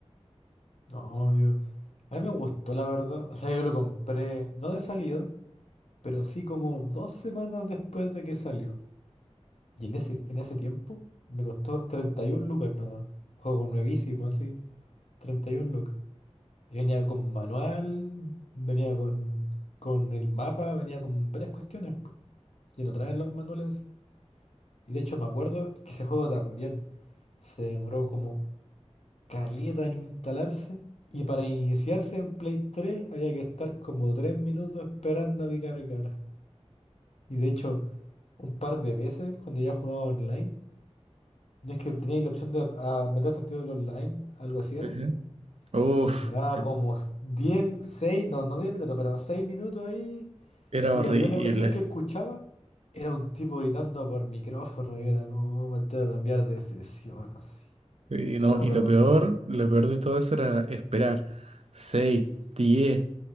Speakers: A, on the left; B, on the right.
A: no, yo... A mí me gustó, la verdad. O sea, yo lo compré, no de salida, pero sí como dos semanas después de que salió. Y en ese, en ese tiempo me costó 31 lucas nada. Juego nuevísimo, así. 31 lucas. Y venía con manual, venía con, con el mapa, venía con varias cuestiones. po. Y no traen los manuales así. Y de hecho me acuerdo que ese juego también se demoró como caleta en instalarse. Y para iniciarse en Play 3 había que estar como 3 minutos esperando a que cargara. Y de hecho, un par de veces cuando ya jugaba online, No es que teníais la opción de a, meterte al tiro del online, algo así era.
B: ¿Sí? sí? Uf,
A: Se demoraba
B: que-
A: como diez seis no, no 10 minutos, pero 6 minutos ahí.
B: era
A: Y
B: horrible.
A: la primera cuestión que escuchaba era un tipo gritando por micrófono y era, no, me tengo que cambiar de sesión, así.
B: Y, no,
A: Pero,
B: y
A: pero,
B: lo peor, lo peor de todo eso era esperar 6, 10.